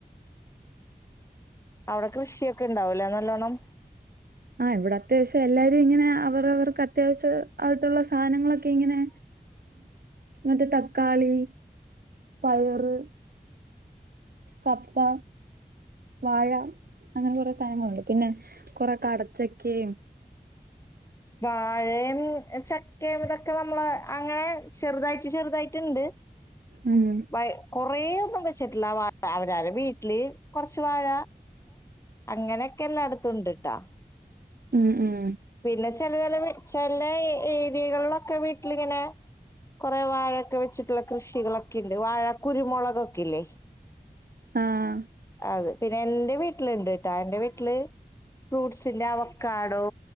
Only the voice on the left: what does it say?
അവിടെ കൃഷിക്കെ ഇണ്ടാവുംലെ നല്ലോണം?
വാഴിം, ചക്കയും ഇതൊക്കെ നമ്മള് അങ്ങനെ ചെറുതായിട്ട് ചെറുതായിട്ടുണ്ട്
പ കൊറെ ഒന്നും വെച്ചിട്ടില്ല വാഴ അവരവര വീട്ടില് കോർച്ച് വാഴ അങ്ങനെക്കെ എല്ലാടുത്തും ഉണ്ട്ട്ടാ
പിന്നെ ചേല ചേല വീ ചെല ഏരിയകൾലൊക്കെ വീട്ടിലിങ്ങനെ കോറെ വാഴൊക്കെ വെച്ചിട്ടുള്ള കൃഷികളൊക്കെ ഇണ്ട് വാഴ കുരുമുളക് ഒക്കെ ഇല്ലേ
അതെ പിന്നെ എൻ്റെ വീട്ടിലുണ്ട്ട്ടാ എൻ്റെ വീട്ടില് ഫ്രൂട്ട്സിന്റെ അവക്കാടോ